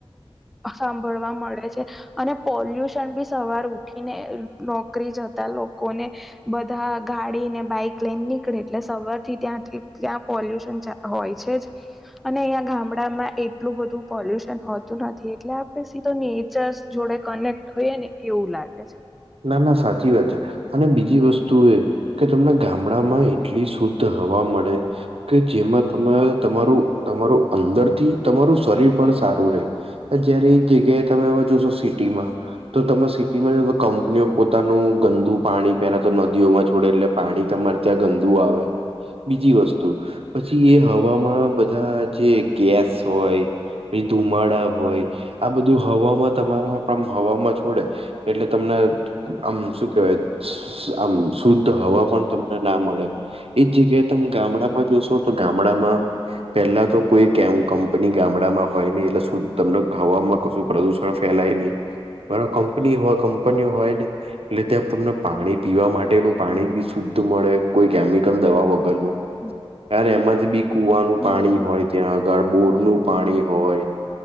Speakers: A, in the centre; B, on the right.
A: સાંભળવા મળે છે. અને પોલ્યુશન બી સવાર ઉઠીને નોકરી જતા લોકોને બધા ગાડી ને બાઈક લઈને નીકળે એટલે સવાર થી ત્યાંથી ત્યાં પોલ્યુશન હોય. અંયા ગામડામાં એટલું બધું પોલ્યુન હોતું નથી એટલે આપે સીધો નેચર જોડે કનેક્ટ હોઈએ ને એવું લાગે છે.
B: ના ના સાચી વાત છે અને બીજી વસ્તુ એ કે તમને ગામડામાંય એટલી શુદ્ધ હવા મળે કે જેમાં તમા તમારું તમારું અંદરથી તમારું શરીર પણ સારું રહે જયારે એ જગ્યાએ તમે હ જોશો સિટીમાં તો તમે સિટીમાં જો કંપનીઓ પોતાનું ગંદુ પાણી પેલા તો નદીઓમાં છોડે એટલે પાણી તમારે ત્યાં ગંદુ આવે બીજી વસ્તુ પછી એ હવામાં બધા જે ગેસ હોય પછી ધુમાડા હોય આ બધું હવામાં તમારા હવામાં છોડે એટલે તમને આમ શું કેવાય આમ શુદ્ધ હવા પણ તમને ના મળે જગ્યા તમે ગામડામાં જોશો તો ગામડામાં પેલા તો કોઈ કમ કંપની ગામડામાં હોય ન એટલે શ તમને હવામાં કું પ્રદુષણ ફેલાય નહી
A: <inaudible>
B: બરાબ કંપની હોય કંપનીઓ હોય ને એટલે ત્યાં તમને પાણી પીવા માટેનું પાણી બી શુદ્ધ મળે કોઈ કેમિકલ દવા વગરનું
A: હમ
B: તાર એમાં જ બી કુવાનું
A: હમ
B: પાણી હોય ત્યાં ગરબૂર નું પાણી હોય